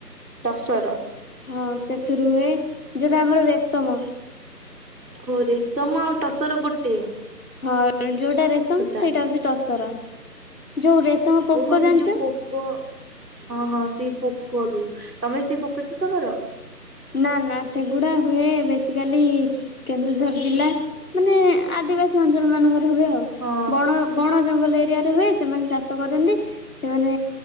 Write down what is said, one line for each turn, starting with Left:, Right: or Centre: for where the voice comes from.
Right: ଟସର
Left: ହଁ ସେଥିରୁ ହୁଏ ଯୋଉଟା ଆମର ରେଶମ
Right: ଓ ରେଶମ ଆଉ ଟସର ଗୋଟେ।
Left: ହଁ ଯେଉଁଟା ରେଶମ
Right: ସୂତା
Left: ସେଇଟା ହେଉଚି ଟସର। ଯୋଉ ରେଶମ ପୋକ
Right: ଓହୋ
Left: ଜାଣିଛ?
Right: ସେଯୋଉ ପୋକ ହଁ ହଁ ସେ ପୋ କରୁ ତମେ ସେପୋକ ଚାଷ କର?
Left: ନା ନା ସେଗୁଡ଼ା ହୁଏ ବେସିକାଲି କେନ୍ଦୁଝର ଜିଲ୍ଲା ମାନେ ଆଦିବାସୀ ଅଞ୍ଚଳ ମାନଙ୍କରେ ହୁଏ ଆଉ
Right: ହଁ
Left: ବଣ ବଣ ଜଙ୍ଗଲ ଏରିଆରେ ହୁଏ ସେମାନେ ଚାଷ କରନ୍ତି ସେମାନେ